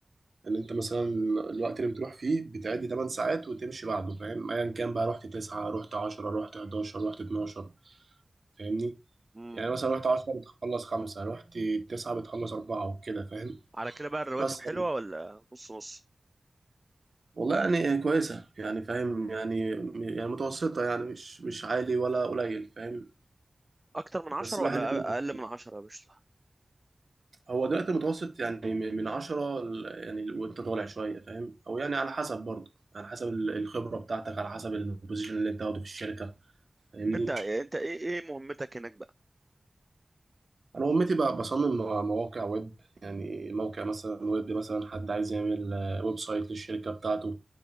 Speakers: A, on the right; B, on the right.
A: إن أنت مثلا الوقت اللي بتروح فيه بتعدي تمن ساعات وتمشي بعده فاهم أيا كان بقى رحت تسعة رحت عشرة رحت حداشر رحت اتناشر فاهمني
B: امم
A: يعني مثلا رحت 10 بتخلص خمسة رحت 9 بتخلص أربعة وكده فاهم
B: على كده بقى الرواتب
A: بس
B: حلوة ولا نص نص
A: والله يعني كويسة يعني فاهم يعني يعني متوسطة يعني مش مش عالي ولا قليل فاهم
B: اكتر من عشرة
A: بس الواحد
B: ولا
A: يعني
B: أ- اقل من عشرة يا باشا
A: هو دلوقتي المتوسط يعني م- من عشرة ل- يعني وانت طالع شوية فاهم أو يعني على حسب برضه على حسب ال- الخبرة بتاعتك على حسب البوزيشن اللي انت واخده في الشركة فاهمني
B: انت انت ايه ايه مهمتك هناك بقى
A: انا امتي بقى بصمم مواقع ويب يعني موقع مثلا ويب مثلا حد عايز يعمل آه، ويب سايت للشركه بتاعته